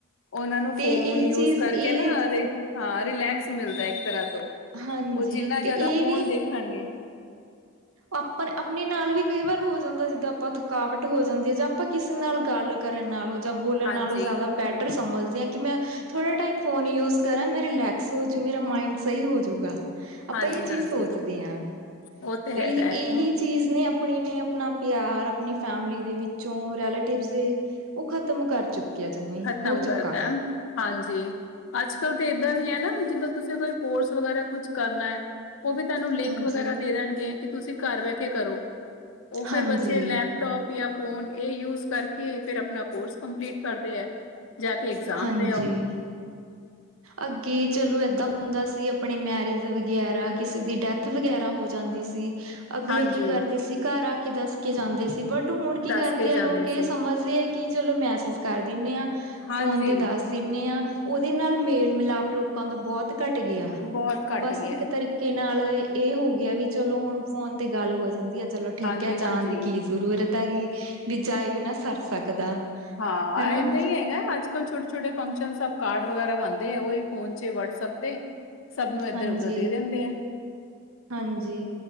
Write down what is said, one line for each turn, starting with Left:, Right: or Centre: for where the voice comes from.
Left: ਉਹਨਾਂ ਨੂੰ ਫੋਨ
Right: ਤੇ ਇਹ
Left: ਯੂਜ
Right: ਚੀਜ਼
Left: ਕਰਕੇ
Right: ਇਹ
Left: ਨਾ, ਹਾਂ ਰਿਲੈਕਸ ਮਿਲਦਾ ਇੱਕ ਤਰ੍ਹਾਂ ਤੋਂ
Right: ਹਾਂਜੀ
Left: ਉਹ ਜਿੰਨਾ ਜਿਆਦਾ,
Right: ਇਹ
Left: ਫੋਨ ਦੇਖਣਗੇ।
Right: ਆਪਾਂ-ਆਪਣੇ ਨਾਲ ਵੀ ਕਈ ਵਾਰ ਹੋ ਜਾਂਦਾ, ਜਿੱਦਾਂ ਆਪਾਂ ਥਕਾਵਟ ਹੋ ਜਾਂਦੀ ਹੈ, ਜਾਂ ਆਪਾਂ ਕਿਸੇ ਨਾਲ ਗੱਲ ਕਰਨ ਨਾਲ ਜਾਂ ਬੋਲਣ
Left: ਹਾਂਜੀ
Right: ਨਾਲੋਂ ਜ਼ਿਆਦਾ, ਬੈਟਰ ਸਮਝਦੀ ਹਾਂ ਕਿ ਮੈਂ ਥੋੜ੍ਹਾ ਟਾਈਮ ਫੋਨ ਯੂਜ ਕਰਾਂ ਮੈਂ ਰਿਲੈਕਸ ਹੋ ਜੂ, ਮੇਰਾ ਮਾਇਂਡ ਸਹੀ ਹੋਜੂਗਾ। ਆਪਾਂ
Left: ਹਾਂਜੀ
Right: ਇਹ ਚੀਜ਼
Left: ਹਾਂਜੀ
Right: ਸੋਚਦੇ ਹਾਂ।
Left: ਉਹ ਤੇ ਹੈਗਾ
Right: ਇਹ
Left: ਹੈ
Right: ਇਹੀ
Left: ਹੁਣ
Right: ਚੀਜ਼ ਨੇ ਆਪਣੀ ਨੇ ਆਪਣਾ ਪਿਆਰ, ਆਪਣੀ ਫੈਮਿਲੀ ਦੇ ਵਿੱਚੋਂ, ਰੈਲੇਟਿਵ ਦੇ, ਉਹ ਖ਼ਤਮ ਕਰ ਚੁੱਕੇ ਕਿਆ <unintelligible>
Left: ਖ਼ਤਮ
Right: ਹੋ ਚੁੱਕਾ।
Left: ਕਰਤਾ ਹਾਂਜੀ, ਅੱਜ ਕੱਲ੍ਹ ਤਾਂ ਇਏਦਾਂ ਵੀ ਹੈ ਨਾ, ਜਿੱਦੋਂ ਤੁਸੀਂ ਕੋਈ ਕੋਰਸ ਵਗੈਰਾ ਕੁਛ ਕਰਨਾ ਉਹ ਵੀ ਤੁਹਾਨੂੰ ਲਿੰਕ
Right: ਹਾਂਜੀ
Left: ਵਗੈਰਾ ਦੇ ਦੇਣਗੇ, ਕਿ ਤੁਸੀਂ ਘਰ ਬਹਿ ਕੇ ਕਰੋ। ਉਹ ਫੇਿਰ
Right: ਹਾਂਜੀ
Left: ਬੱਚੇ ਲੈਪਟੋਪ ਜਾਂ ਫੋਨ ਇਹ ਯੂਜ ਕਰਕੇ, ਫੇਿਰ ਆਪਣਾ ਕੋਰਸ ਕੰਪਲੀਟ ਕਰਦੇ ਆ। ਜਾ ਕੇ ਇਗਜ਼ਾਮ
Right: ਹਾਂਜੀ
Left: ਦੇਆਓ।
Right: ਅੱਗੇ ਚਲੋ ਏਦਾਂ ਹੁੰਦਾ ਸੀ ਆਪਣੀ ਮੈਰਿਜ ਵਗੈਰਾ, ਕਿਸੇ ਦੀ ਡੈਥ ਵਗੈਰਾ ਹੋ ਜਾਂਦੀ ਸੀ ਸੀ ਅਗਲੇ
Left: ਹਾਂਜੀ
Right: ਕੀ ਕਰਦੇ ਸੀ, ਘਰ ਆ ਕੇ ਦੱਸ ਕੇ ਜਾਂਦੇ ਸੀ। ਬਟ ਹੁਣ ਕੀ
Left: ਦੱਸ
Right: ਕਰਦੇ
Left: ਕੇ ਜਾਂਦੇ
Right: ਆ ਲੋਕ,
Left: ਸੀ
Right: ਇਹ ਸਮਝਦੇ ਆ ਕਿ ਕੀ ਚਲੋ ਮੈਸੇਜ ਕਰ ਦਿੰਦੇ ਆ,
Left: ਹਾਂਜੀ
Right: ਫੋਨ ਤੇ ਦੱਸ ਦਿੰਦੇ ਆ। ਉਹ ਦੇ ਨਾਲ ਮੇਲ ਮਿਲਾਪ, ਲੋਕਾਂ ਦਾ ਬਹੁਤ ਘੱਟ ਗਿਆ।
Left: ਬਹੁਤ ਘੱਟ
Right: ਬਸ
Left: ਗਿਆ
Right: ਇੱਕ
Left: ਹੈ।
Right: ਤਰੀਕੇ ਕੇ ਨਾਲ ਇਹ ਹੋ ਗਿਆ, ਵੀ ਚਲੋ ਹੁਣ ਫੋਨ ਤੇ ਗੱਲ ਹੋ ਜਾਂਦੀ ਹੈ, ਚਲੋ ਠੀਕ
Left: ਹਾਂਜੀ
Right: ਹੈ
Left: ਹਾਂਜੀ
Right: ਜਾਣ ਦੀ ਕੀ ਜ਼ਰੂਰਤ ਹੈਗੀ, ਵੀਂ ਜਾਏ ਬਿਨਾ ਸਰ ਸਕਦਾ।
Left: ਹਾਂ,
Right: ਹਨਾ
Left: ਇਏਦਾਂ ਹੀ ਹੈਗਾ ਅੱਜ ਕੱਲ ਛੋਟੇ, ਛੋਟੇ ਫੰਕਸ਼ਨ ਸਭ ਕਾਰਡ ਵਗੈਰਾ ਬਣਦੇ ਆ, ਫੋਨ 'ਚ ਵਟਸਐਪ ਤੇ। ਸਭ ਨੂੰ ਇੱਧਰ
Right: ਹਾਂਜੀ,
Left: ਉਧਰ ਦੇ ਦਿੰਦੇ ਆ
Right: ਹਾਂਜੀ